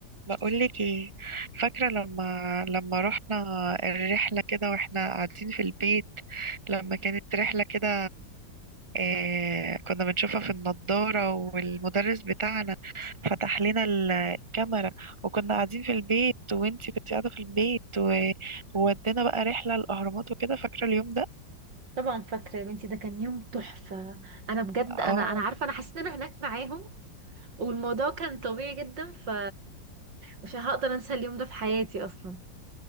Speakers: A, on the right; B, on the right.
A: بقولك ايه فاكرة لما لما رحنا الرحلة كده واحنا قاعدين في البيت لما كانت رحلة كده إيه كنا بنشوفها في النضارة والمدرس بتاعنا فتح لنا ال- الكاميرا وكنا قاعدين في البيت وانتي كنت قاعدة في البيت و- وودينا بقى رحلة الأهرامات وكده فاكرة اليوم ده
B: طبعا فاكرة يا بنتي ده كان يوم تحفة انا بجد
A: اه
B: انا انا عارفة انا حسيت ان انا هناك معاهم والموضوع كان طبيعي جدا ف مش هقدر انسى اليوم ده في حياتي اصلا